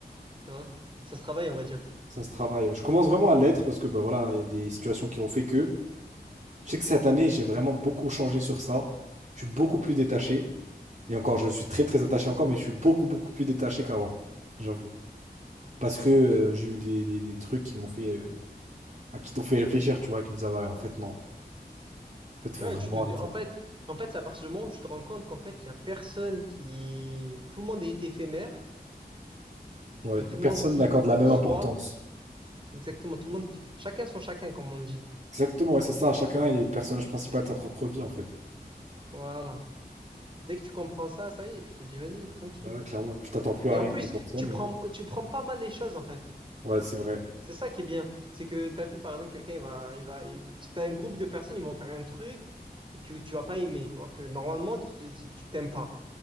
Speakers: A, on the right; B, on the right.
A: tu vois. Ça se travaille, on va dire.
B: ça se travaille. Je commence vraiment à l'être parce que bah voilà, il y a des situations qui ont fait que. Je sais que cette année, j'ai vraiment beaucoup changé sur ça. Je suis beaucoup plus détaché. Et encore, je suis très très attaché encore, mais je suis beaucoup beaucoup plus détaché qu'avant, j'avoue. Parce que euh, j'ai eu des, des- des trucs qui m'ont fait, euh, ah, qui t'ont fait réfléchir, tu vois, qui me disaient, Ah ouais, en fait non. En fait, faut
A: Ouais,
B: vraiment.
A: tu te dis, en fait, en fait, c'est à partir du moment où tu te rends compte qu'en fait, il y a personne qui, tout le monde est éphémère
B: Ouais.
A: et tout le
B: Personne
A: monde vit
B: n'accorde
A: que pour
B: la même importance.
A: soi. Exactement, tout le monde vit. Chacun son chacun, comme on dit.
B: Exactement, ouais, c'est ça. Chacun est le personnage principal de sa propre vie, en fait.
A: Voilà. Dès que tu comprends ça, ça y est, tu te dis vas-y, tranquille.
B: Ah ouais, clairement. Tu t'attends plus à
A: Et
B: rien
A: en plus,
B: de personne,
A: tu
B: et
A: prends,
B: voilà.
A: tu prends pas mal les choses en fait.
B: Ouais, c'est vrai.
A: C'est ça qui est bien. C'est que tu as vu, par exemple, quelqu'un, il va, il va, il- si t'as un groupe de personnes, ils vont faire un truc et que tu vas pas aimer, tu vois, que normalement, tu, tu, tu- t'aimes pas.